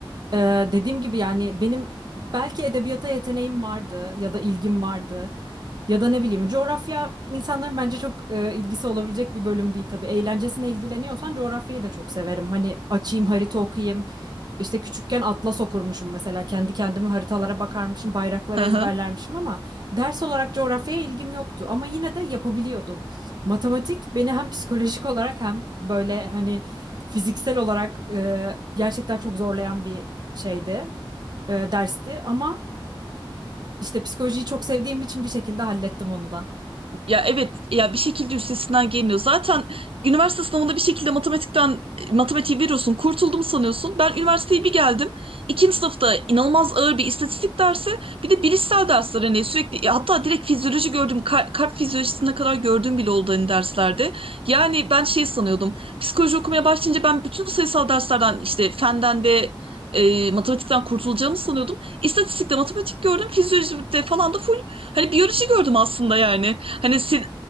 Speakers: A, on the right; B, on the right.
A: E, dediğim gibi yani benim belki edebiyata yeteneğim vardı ya da ilgim vardı. Ya da ne bileyim coğrafya insanların bence çok e, ilgisi olabilecek bir bölüm değil tabii. Eğlencesine ilgileniyorsan coğrafyayı da çok severim. Hani açayım harita okuyayım. İşte küçükken atlas okurmuşum mesela kendi kendime haritalara bakarmışım, bayrakları
B: Hı
A: ezberlermişim
B: hı.
A: ama ders olarak coğrafyaya ilgim yoktu ama yine de yapabiliyordum. Matematik beni hem psikolojik olarak hem böyle hani fiziksel olarak e, gerçekten çok zorlayan bir şeydi, e, dersti ama işte psikolojiyi çok sevdiğim için bir şekilde hallettim onu da.
B: Ya evet ya bir şekilde üstesinden geliniyor. Zaten üniversite sınavında bir şekilde matematikten matematiği veriyorsun. Kurtuldum sanıyorsun. Ben üniversiteye bir geldim. İkinci sınıfta inanılmaz ağır bir istatistik dersi, bir de bilişsel dersler hani sürekli ya hatta direkt fizyoloji gördüm. kal- Kalp fizyolojisine kadar gördüğüm bile oldu hani derslerde. Yani ben şey sanıyordum. Psikoloji okumaya başlayınca ben bütün sayısal derslerden işte fenden ve e, matematikten kurtulacağımı sanıyordum. İstatistikte matematik gördüm, fizyolojide falan da full hani biyoloji gördüm aslında yani. Hani sen-